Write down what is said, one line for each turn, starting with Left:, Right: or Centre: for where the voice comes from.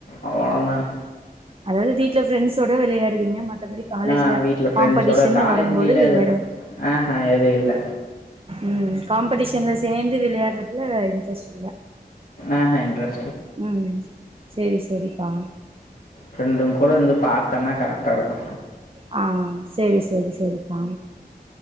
Left: போவே
Right: அதாது வீட்ல பிரெண்ட்ஸோட விளையாடுவீங்க மத் தபடி காலேஜ்ல
Left: ஆ வீட்ல ஃப்ரெண்ட்ஸோட
Right: காம்படிஷன்
Left: காலேஜ்லலாம்
Right: வரும்போது வெளையாட
Left: எதுவும் ஆஹா எதுவும் இல்ல.
Right: உம் காம்படிஷன்ல சேந்து விளையாடுறதுல இன்ட்ரெஸ்ட் இல்ல
Left: அஹ இன்ட்ரஸ்ட்
Right: உம் சேரி சேரிப்பா
Left: ப்ரெரெண்டுங் கூட இருந்து பாத்தன்னா கரெக்டா இருக்கு
Right: ஆ செரி செரி செரிப்பா